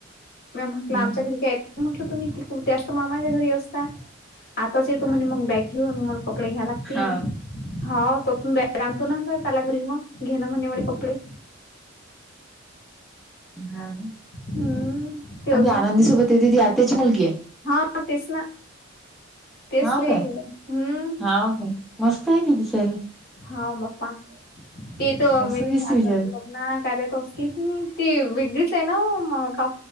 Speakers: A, on the left; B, in the centre.
A: म्या म्हटलं
B: हम्म
A: आमच्या घरी काय येत मी म्हटलं तुम्ही तिकुड त्याच मामाच्या घरी असता. आताच येतो
B: हा
A: म्हणे मंग बॅग घेऊन मला कपडे घ्या लागतीन.
B: हा
A: हा तर तुम बॅग आणतो ना अंदर त्याला घरी मंग घेणं म्हणे मले कपडे.
B: हा ना
A: हम्म अजून
B: आन ते आनंदी सोबत येते ती आत्याची मुलगी आहे?
A: हा तेच ना. तेच
B: हाव
A: <unintelligible>
B: काय
A: हम्म.
B: हाव काय मस्त आहे ती दिसायला
A: हाव बप्पा ती तो अमेझिंग
B: मस्त दिसते
A: आहे.
B: बिचारी
A: <unintelligible> ना कार्य तो असली की नी ती वेगळीच आहे ना महा का